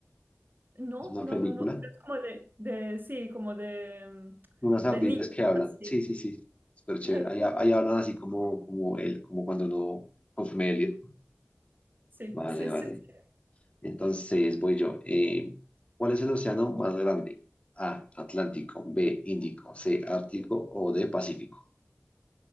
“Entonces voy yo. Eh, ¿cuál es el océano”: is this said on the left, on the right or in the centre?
Left